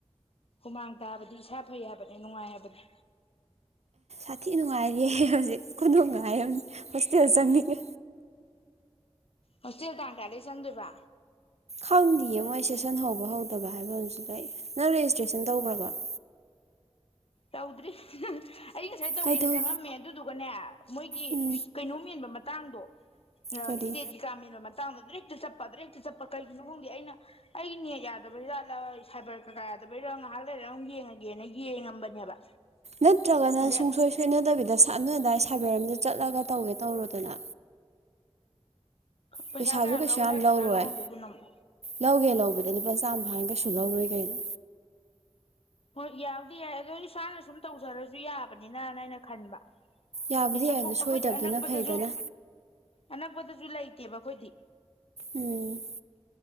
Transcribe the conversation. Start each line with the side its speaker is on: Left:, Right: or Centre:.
Left: ꯍꯨꯃꯥꯡ ꯇꯥꯕꯗꯤ ꯏꯁꯥ ꯐꯩ ꯍꯥꯏꯕꯅꯤ ꯅꯨꯡꯉꯥꯏ ꯍꯥꯏꯕꯅꯦ
Right: ꯐꯥꯊꯤ ꯅꯨꯡꯉꯥꯏꯔꯤꯦ ꯍꯧꯖꯤꯛ ꯈꯨꯗꯣꯡꯉꯥꯏꯔꯕꯅꯤ ꯍꯣꯁꯇꯦꯜ ꯆꯪꯅꯤꯡꯉꯦ
Left: ꯍꯣꯁ ꯇ ꯀꯗ ꯆꯪꯗꯣꯏꯕ
Right: ꯈꯪꯗꯌꯦ ꯃꯣꯏ ꯁꯦꯁꯟ ꯍꯧꯕ ꯍꯧꯗꯕ ꯍꯥꯏꯕ ꯑꯃꯁꯨ ꯂꯩ ꯅꯪ ꯔꯦꯖꯤꯁꯇ꯭ꯔꯦꯁꯟ ꯇꯧꯈ꯭ꯔꯕ <inaudible>
Left: ꯇꯥꯎꯗ꯭ꯔꯤ ꯑꯩ ꯉꯁꯥꯏ ꯇꯧꯒꯦꯅ
Right: ꯀꯩꯗꯧ
Left: ꯆꯪꯉꯝꯃꯦ ꯑꯗꯨꯗꯨꯒꯅꯦ ꯃꯣꯏꯒꯤ
Right: ꯎꯝ
Left: ꯀꯩꯅꯣꯝ ꯃꯦꯟꯕ ꯃꯇꯥꯡꯗꯣ
Right: ꯀꯔꯤ
Left: ꯏꯁꯇꯦꯖꯒꯃꯤꯅꯣ ꯃ ꯆꯥꯡꯗꯗ ꯍꯦꯛꯇ ꯆꯠꯄ ꯑꯗ ꯍꯦꯛꯇ ꯆꯠꯄ ꯀꯩꯒꯤꯅꯣ ꯈꯪꯗꯦ ꯑꯩꯅ ꯑꯩꯒꯤ ꯅꯦꯛ ꯌꯥꯗꯕꯩꯠꯂ ꯁꯥꯏꯕꯔ ꯀꯀꯥ ꯑꯗꯨꯕꯩꯔꯣ ꯉꯥꯏꯍꯥꯛ ꯂꯩꯔ ꯑꯃ ꯌꯦꯡꯉꯒꯦꯅ ꯌꯦꯡꯉꯝꯕꯅꯦꯕ
Right: ꯅꯠꯇ꯭ꯔꯒꯅ
Left: ꯑꯗꯩ
Right: ꯁꯨꯡꯁꯣꯏ ꯁꯣꯏꯅꯗꯕꯤꯗ ꯁꯠꯅ ꯑꯗꯥꯋꯥꯏ ꯁꯥꯏꯕꯔ ꯑꯝꯗ ꯆꯠꯂꯒ ꯇꯧꯒꯦ ꯇꯧꯔꯣꯗꯅ
Left: ꯄꯩꯁꯥ
Right: ꯄꯩꯁꯥꯁꯨ
Left: ꯀꯌꯥꯝ
Right: ꯀꯩꯁꯨ
Left: ꯂꯧꯒꯦ
Right: ꯌꯥꯝ
Left: ꯍꯥꯏꯔꯛꯇꯣꯏꯖꯥꯠꯅꯣ
Right: ꯂꯧꯔꯣꯏ
Left: ꯈꯪꯗꯦ ꯑꯗꯨꯅ ꯑꯃꯨꯛ
Right: ꯂꯧꯒꯦ ꯂꯧꯕꯗ ꯂꯨꯄꯥ ꯆꯥꯝꯃ ꯍꯥꯡ ꯀꯩ ꯆꯨꯂꯥꯎ ꯂꯣꯏꯒꯅ
Left: ꯍ ꯌꯥꯎꯗꯤ ꯌꯥꯏ ꯑꯗꯣ ꯏꯁꯥꯅ ꯁꯨꯝ ꯇꯧꯖꯔꯁꯨ ꯌꯥꯕꯅꯤꯅꯅ ꯑꯩꯅ ꯈꯟꯕ
Right: ꯌꯥꯕꯨꯗꯤ
Left: ꯑꯩ ꯆꯠꯊꯣꯛ
Right: ꯌꯥꯏ ꯑꯗꯨ
Left: ꯑꯩꯈꯣꯏꯗꯤ
Right: ꯁꯣꯏꯗꯕꯗꯨꯅ
Left: ꯑꯅꯛꯄꯗꯁꯨ
Right: ꯐꯩꯗꯅ
Left: ꯑꯅꯥꯛꯄꯗꯁꯨ ꯏꯂ ꯏꯇꯦꯕ ꯀꯣꯏꯇ
Right: ꯎꯝ